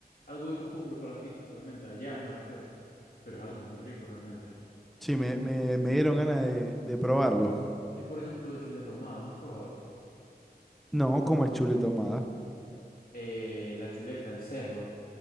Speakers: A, on the left; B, in the centre.
A: algo de costumbre para ti, obviamente, allá me refiero, pero es algo muy rico realmente.
B: Sí, me, me- me dieron ganas de, de probarlo.
A: Y por ejemplo, de chuleta ahumada, ¿no has probado?
B: No, cómo es chuleta ahumada.
A: Eh, la chuleta, el cerdo